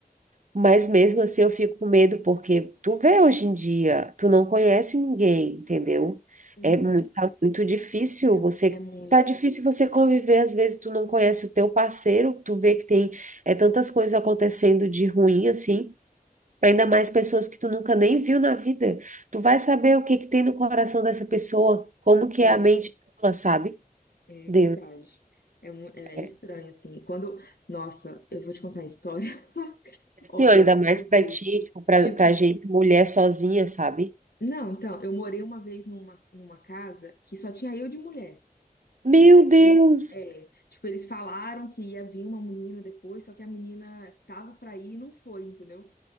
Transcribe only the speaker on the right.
mas mesmo assim eu fico com medo porque tu vê hoje em dia, tu não conhece ninguém, entendeu?
É muito, tá muito difícil
você,
tá difícil você conviver, às vezes tu não conhece o teu parceiro, tu vê que tem é, tantas coisas acontecendo de ruim assim, Ainda mais pessoas que tu nunca nem viu na vida. Tu vai saber o que que tem no coração dessa pessoa, como que
é a mente dela, sabe?
Deus.
é.
Assim,
ó, ainda
mais
pra
ti, tipo, pra,
pra gente, mulher sozinha, sabe?
Meu
Deus!